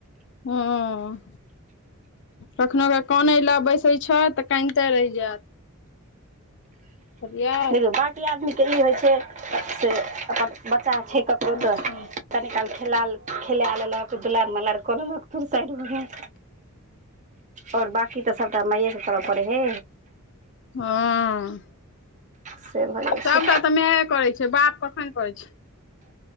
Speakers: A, on the left; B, on the right.
A: हूं। कखनो का कनई लए बैसै छ तऽ कानिते रहि जायत। बुझलियै
B: देखियौ बाँकी आदमीके ई होइ छै से अपन बच्चा छै ककरो तऽ।
A: अच्छा
B: कनि काल खेलाय खेला लेलक दुलार मलार कऽ लेलक फेर साइड भ गेल। आओर बाकी तऽ सभटा मइएके करऽ पड़े हे।
A: हँ।
B: से भऽ जाइ
A: सबटा
B: छै
A: तऽ मायए करै छै बाप कखन करै छै।